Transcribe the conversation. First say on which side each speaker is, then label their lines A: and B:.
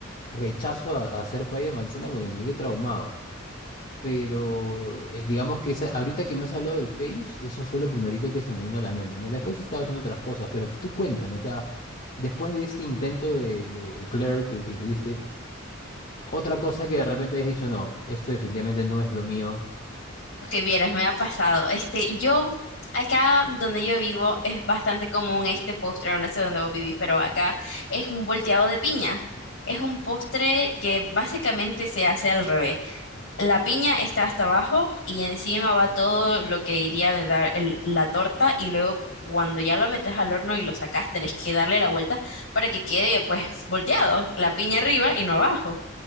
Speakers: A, on the left; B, on the left.
A: rechazo a, a hacer pay de manzana porque me quedé traumado. Pero eh, digamos que esa- ahorita que me has hablado de fails, eso fue lo primerito que se me vino a la mente, ¿no? Después he estado haciendo otras cosas, pero tú cuéntame, o sea, después de este intento de, de Eclair que que tuviste. Otra cosa que de repente hayas dicho, no, esto definitivamente no es lo mío.
B: Que vieras, me ha pasado. Este, yo, acá donde yo vivo es bastante común este postre, no sé dónde vos vivís, pero acá es un volteado de piña. Es un postre que básicamente se hace al revés. La piña está hasta abajo y encima va todo lo que iría ¿verdad? el- la torta y luego cuando ya lo metes al horno y lo sacas, tenés que darle la vuelta para que quede pues volteado, la piña arriba y no abajo.